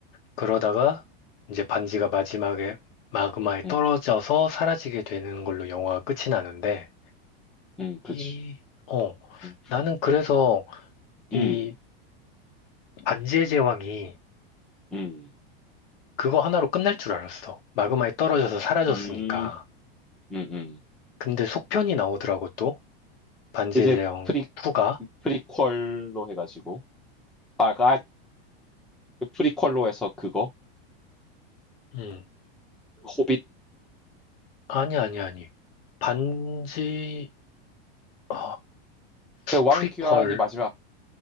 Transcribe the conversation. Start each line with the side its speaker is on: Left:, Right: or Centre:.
Left: 그러다가 이제 반지가 마지막에 마그마에
Centre: 음.
Left: 떨어져서 사라지게 되는 걸로 영화가 끝이 나는데,
Centre: 음, 그치.
Left: 이, 어,
Centre: 음.
Left: 나는 그래서 이
Centre: 음.
Left: 반지의 제왕이
Centre: 음.
Left: 그거 하나로 끝날 줄 알았어. 마그마에 떨어져서 사라졌으니까.
Centre: 음. 음음.
Left: 근데 속편이 나오더라고 또. 반지의
Centre: 이제
Left: 제왕
Centre: 프리
Left: 2가.
Centre: 프리퀄로 해 가지고 아, 그, 아, 그 프리퀄로 해서 그거
Left: 음.
Centre: 호빗
Left: 아니, 아니, 아니. 반지, 어,
Centre: 그 왕의
Left: 프리퀄,
Centre: 귀환이 마지막